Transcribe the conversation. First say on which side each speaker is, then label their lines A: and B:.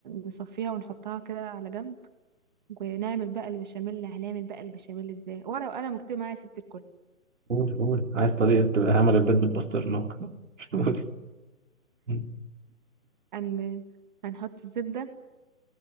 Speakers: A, on the right; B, on the right.
A: نصفيها ونحطها كده على جنب ونعمل بقى البشاميل هنعمل بقى البشاميل ازاي ورقة وقلم مكتوب معايا يا ست الكل
B: قولي قولي عايز طريقة تبقى عمل البيض بالبسطرمة <laughs> قولي مم.
A: هن... هنحط الزبدة